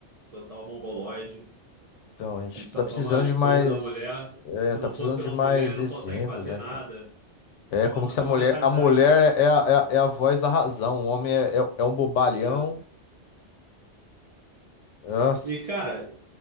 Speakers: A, on the right; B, on the left.
A: total mongoloide
B: Então, a gente
A: que só
B: tá precisando
A: toma esporro
B: de mais,
A: da mulher.
B: é,
A: Se
B: tá
A: não
B: precisando
A: fosse pela
B: de mais
A: mulher, ele não
B: exemplos,
A: consegue fazer
B: né,
A: nada.
B: cara? É
A: É uma,
B: como que se
A: é
B: a mulher.
A: uma mentalidade.
B: A mulher é a, é a, é a voz da razão. O homem é, é, é um bobalhão.
A: É.
B: Nossa.
A: E, cara,